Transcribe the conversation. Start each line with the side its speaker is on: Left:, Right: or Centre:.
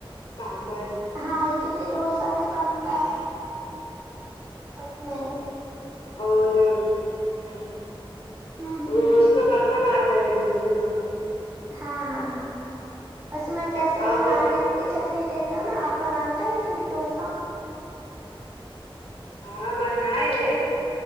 Left: سانبر
Right: ہاں اٹلی دوسا بھی بنتا ہے اس میں
Left: اور ہوں
Right: ہوں ہوں
Left: وہ اس کا برتن آتا ہے دوسے کا
Right: ہاں ہاں ہاں اس میں جیسے
Left: آپ
Right: وہ ناریل کہ چٹنی دیتے ہو نا آپ بناتے ہو اٹلی دوسا
Left: ہاں بنائے ہے